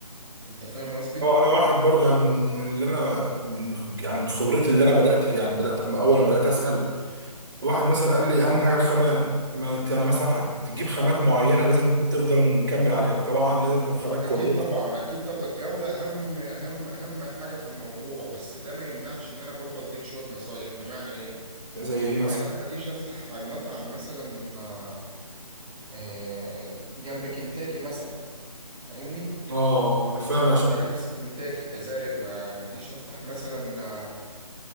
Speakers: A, in the centre; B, on the right.
A: أنت فاهم قصدي؟
B: اه انا واحد برضو يعني من من اللي انا من يعني من خبرتي اللي انا بدات فيه يعني بدات أما اول ما بدات اسال واحد مثلا قال لي اهم حاجه الخامات ما ت- يعني مثلا هتجيب خامات معينه لازم تفضل مكمل عليها طبعا لازم تكون خامات
A: اكيد
B: كويسه
A: طبعا اكيد طبعا الجوده اهم اهم اهم حاجه في الموضوع بس ده ما يمنعش ان انا برضه اديك شويه نصايح بمعنى ايه
B: زي ايه مثلا
A: يعني انا ما اجيش افتح مطعم مثلا آه، آه، جنب كنتاكي مثلا فاهمني
B: اه انا فاهم
A: و- وانافس كنتاكي كذلك ما ما اجيش افتح مثلا آه،